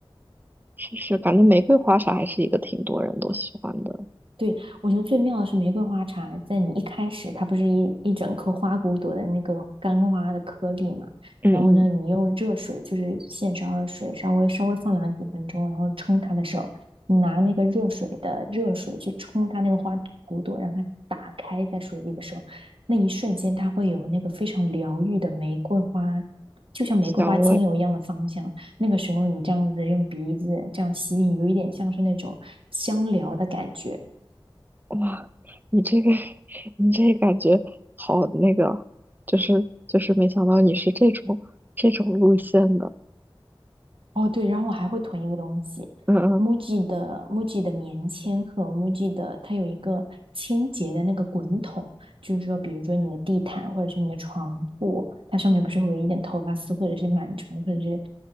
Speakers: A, on the right (about 20°); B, on the right (about 70°).
A: 是是，反正玫瑰花茶还是一个挺多人都喜欢的，
B: 对，我觉得最妙的是玫瑰花茶，在你一开始，它不是一一整颗花骨朵的那个干花的颗粒嘛？
A: 嗯嗯，
B: 然后呢，你用热水，就是现烧的水，稍微稍微放凉几分钟，然后冲它的时候，你拿那个热水的热水去冲它那个花骨朵，让它打开在水里的时候，那一瞬间它会有那个非常疗愈的玫瑰花，就像玫瑰花精油一样的芳香。
A: 香味。
B: 那个时候你这样子用鼻子这样吸，有一点像是那种香疗的感觉。
A: 哇，你这个，<laughs> 你这感觉好那个，就是就是没想到你是这种这种路线的，
B: 哦，对，然后我还会囤一个东西，MUJI
A: 嗯嗯
B: 的 MUJI 的棉签和 MUJI 的，它有一个清洁的那个滚筒，就是说，比如说你的地毯或者是你的床铺，它上面不是会有一点头发丝或者是螨虫，或者是